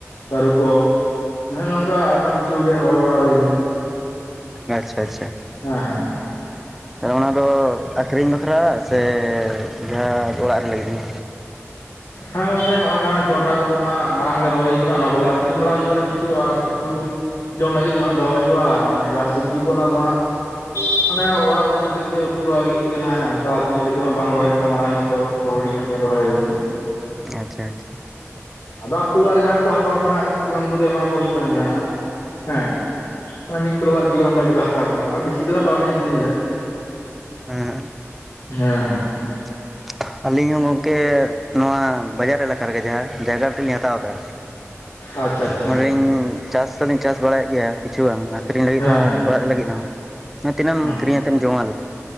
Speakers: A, on the left; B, in the centre.
A: ᱥᱟᱹᱨᱩ ᱠᱚ, ᱦᱮᱸ ᱱᱚᱝᱠᱟ ᱟᱭᱢᱟ ᱠᱤᱪᱷᱩ ᱜᱮ ᱨᱚᱦᱚᱭ ᱵᱟᱲᱟ ᱦᱩᱭ ᱱᱟ ᱾
B: ᱟᱪᱪᱷᱟ ᱟᱪᱪᱷᱟ ᱟᱪᱪᱷᱟ ᱾
A: ᱦᱮᱸ ᱦᱮᱸ
B: ᱚᱱᱟ ᱫᱚ ᱟᱹᱠᱷᱨᱤᱧ ᱵᱟᱠᱷᱨᱟ ᱥᱮ ᱡᱟᱦᱟᱸ ᱚᱲᱟᱜ ᱨᱮ ᱞᱟᱹᱜᱤᱫ ᱜᱮ?
A: ᱦᱮᱸ ᱜᱚᱝᱠᱮ ᱱᱚᱜᱼᱚᱭ ᱱᱟᱦᱟᱜ ᱡᱚᱱᱰᱨᱟ ᱠᱚᱫᱚ ᱱᱟᱦᱟᱜ ᱢᱟᱨᱟᱝ ᱜᱮ ᱨᱚᱦᱚᱭ ᱦᱩᱭ ᱟᱠᱟᱱᱟ, ᱚᱱᱟ ᱠᱚᱫᱚ ᱟᱹᱠᱷᱨᱤᱧ ᱵᱟᱲᱟ ᱦᱩᱭᱩᱜᱼᱟ ᱱᱟᱜ ᱾ ᱠᱤᱪᱷᱩ ᱟᱨ ᱯᱤᱪᱷᱩ ᱡᱚᱢ ᱞᱟᱹᱜᱤᱫ ᱫᱚᱦᱟᱸᱜ ᱫᱚᱦᱚ ᱦᱩᱭᱩᱜᱼᱟ, ᱟᱨ ᱱᱚᱜᱼᱚᱭ ᱡᱟᱦᱟᱸ ᱥᱚᱵᱽᱡᱤ ᱠᱚ ᱚᱱᱟ ᱫᱚ ᱦᱟᱸᱜᱼᱼ ᱚᱱᱮ ᱚᱲᱟᱜ ᱨᱮ ᱞᱟᱹᱜᱤᱫ ᱜᱮ ᱩᱹᱛᱩ ᱵᱟᱲᱟ ᱞᱟᱹᱜᱤᱫ ᱜᱮ ᱦᱟᱸᱜ ᱚᱱᱠᱟ ᱟᱹᱠᱷᱨᱤᱧ ᱞᱟᱹᱜᱤᱫ ᱫᱚ ᱵᱟᱝ ᱨᱚᱦᱚᱭ ᱠᱟᱱᱟ ᱢᱟᱨᱟᱝ ᱧᱚᱜ ᱫᱚ ᱦᱩᱰᱤᱧ ᱧᱚᱜᱼᱼ ᱜᱮ ᱨᱚᱦᱚᱭ ᱦᱩᱭ ᱠᱟᱱᱟ ᱾
B: ᱟᱪᱪᱷᱟ ᱟᱪᱪᱷᱟ
A: ᱟᱫᱚ ᱟᱹᱛᱩ ᱚᱲᱟᱜ ᱨᱮ ᱡᱟᱦᱟᱸᱭ ᱠᱚ ᱦᱟᱛᱟᱣ ᱠᱷᱟᱱ ᱩᱱᱠᱩ ᱫᱚ ᱮᱢᱟ ᱠᱚ ᱦᱩᱭᱩᱜ ᱠᱟᱱ ᱜᱮᱭᱟ ᱱᱟᱜ ᱦᱮᱸ ᱾ ᱢᱟᱱᱮ ᱢᱤᱫ ᱠᱤᱞᱳ ᱵᱟᱨ ᱠᱤᱞᱳ ᱚᱱᱠᱟ ᱡᱩᱫᱤ ᱠᱚ ᱦᱟᱛᱟᱣ ᱠᱷᱟᱱ ᱱᱟᱜ ᱚᱱᱠᱟ ᱵᱮᱥᱤ ᱫᱚᱱᱷᱟᱜ ᱵᱟᱝᱞᱤᱧ ᱟᱹᱠᱷᱨᱤᱧ ᱮᱫᱟ ᱾
B: ᱦᱮᱸ
A: ᱦᱮᱸ ᱦᱮᱸ
B: <inaudible> ᱟᱹᱞᱤᱧ ᱦᱚᱸ ᱜᱚᱝᱠᱮᱼᱼ ᱱᱚᱣᱟ ᱵᱟᱡᱟᱨ ᱮᱞᱟᱠᱟ ᱨᱮᱜᱮ ᱡᱟᱦᱟᱸ ᱡᱟᱭᱜᱟ ᱢᱤᱫᱴᱮᱱ ᱞᱤᱧ ᱦᱟᱛᱟᱣ ᱟᱠᱟᱫᱼᱟᱼᱼ
A: ᱟᱪᱪᱷᱟ ᱟᱪᱪᱷᱟ
B: ᱱᱚᱸᱰᱮᱞᱤᱧ ᱪᱟᱥ ᱫᱚᱞᱤᱧ ᱪᱟᱥ ᱵᱟᱲᱟᱭᱮᱫ ᱜᱮᱭᱟ, ᱠᱤᱪᱷᱩ ᱜᱟᱱ ᱟᱠᱷᱨᱤᱧ ᱞᱟᱹᱜᱤᱫ
A: ᱦᱮᱸ
B: ᱦᱚᱸ ᱟᱨ
A: ᱦᱮᱸ
B: ᱚᱲᱟᱜ ᱨᱮ ᱞᱟᱹᱜᱤᱫ ᱦᱚᱸ ᱾ ᱦᱮᱸ ᱛᱤᱱᱟᱹᱜ
A: ᱟᱪᱪᱷᱟ
B: ᱮᱢ ᱠᱤᱨᱤᱧ ᱟᱛᱮᱢ ᱡᱚᱢᱟ,